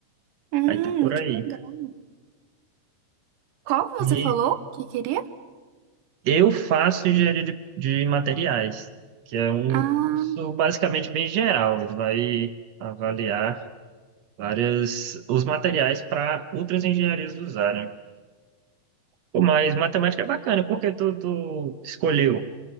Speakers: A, on the right (about 80°); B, on the right (about 70°).
A: Hum,
B: Aí tá por
A: que
B: aí.
A: legal. Qual que
B: E
A: você falou que queria?
B: eu faço engenharia de, de materiais, que é um
A: Ah,
B: curso basicamente bem geral. Ele vai avaliar várias os materiais para outras engenharias usarem. Pô, mas matemática é bacana, porque tu, tu escolheu